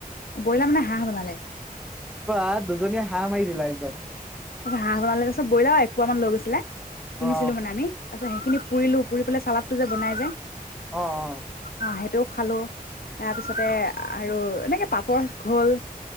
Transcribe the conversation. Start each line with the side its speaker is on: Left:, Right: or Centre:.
Left: ব্ৰইলাৰ মানে হাঁহ বনালে।
Centre: বা দুজনীয়ে হাঁহ মাৰি দিলা একদম
Left: তাৰছ হাঁহ বনালে ত পছত, বইলা আৰু একোুৱ মান লৈ গৈছিলে কিনিছিলো
Centre: অ
Left: মানে আমি, তাচত সেইখিনিুৰিো পুৰিলো, পুৰি পেলাই চালাত টো যে বনাই যায়
Centre: অঁ-অঁ।
Left: অঁ সেইটোও খালো। তাৰপিছতে আৰু এনে পাপৰ ঘল